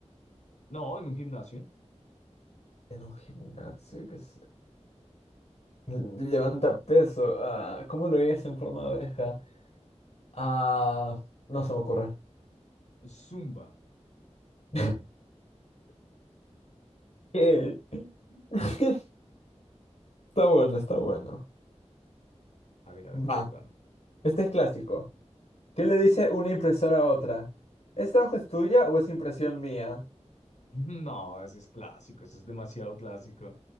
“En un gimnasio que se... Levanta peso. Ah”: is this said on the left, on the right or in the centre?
Left